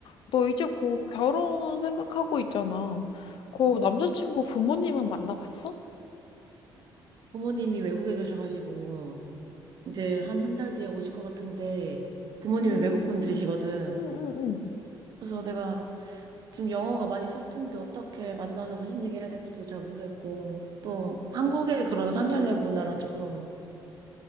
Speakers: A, on the left; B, on the right.
A: 너 이제 곧 결혼 생각하고 있잖아. 그
B: 어,
A: 남자친구 부모님은 만나봤어?
B: 부모님이 외국에 계셔가지고, 이제 한 한 달 뒤에 오실 것 같은데, 부모님이
A: 음,
B: 외국 분들이시거든.
A: 응응 응.
B: 그래서 내가 지금 영어가 많이 서툰데 어떻게 만나서 무슨 얘기 해야 될지도 잘 모르겠고, 또 한국의 그런 상견례 문화랑 조금